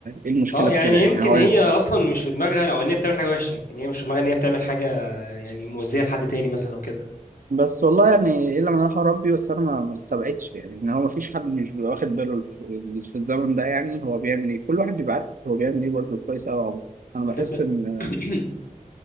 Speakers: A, on the right; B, on the left.
A: إيه المشكله
B: اه يعني
A: في كده يعني
B: يمكن
A: هو
B: هي اصلا مش في دماغها او ان هي بتعمل حاجه وحشه يمكن هي مش في دماغها ان هي بتعمل حاجه يعني مؤذيه لحد تاني مثلا او كده
A: بس والله يعني الا من راح ربي بس انا ما ما استبعدش يعني ان هو ما فيش حد مش بيبقى واخد باله في في الزمن ده يعني هو بيعمل ايه كل واحد بيبقى عارف هو بيعمل ايه برضه كويس قوي عمره انا بحس
B: الناس بقى
A: ان
B: <clears throat>